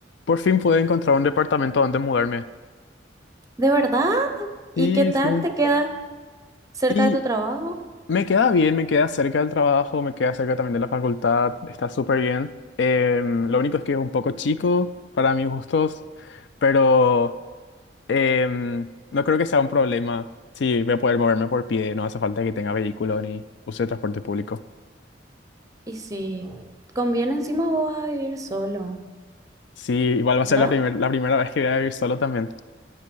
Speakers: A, on the left (about 70°); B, on the right (about 20°).
A: Por fin pude encontrar un departamento donde mudarme.
B: ¿De verdad? ¿Y
A: Sí,
B: qué tal
A: sí.
B: te queda cerca
A: Y
B: de tu trabajo?
A: me queda bien, me queda cerca del trabajo, me queda cerca también de la facultad, está súper bien. Em, lo único es que es un poco chico para mis gustos, pero em, no creo que sea un problema. Sí, voy a poder moverme por pie, no hace falta que tenga vehículo ni use transporte público.
B: Y si conviene encima vos vas a vivir solo,
A: Sí, igual va a
B: ¿verdad?
A: ser la primer- la primera vez que voy a vivir solo también.